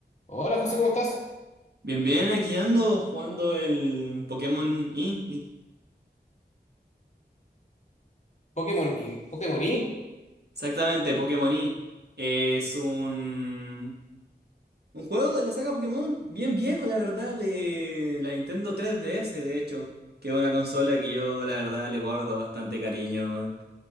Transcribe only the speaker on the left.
Hola José, ¿cómo estás?
Pokémon y Pokémon Y.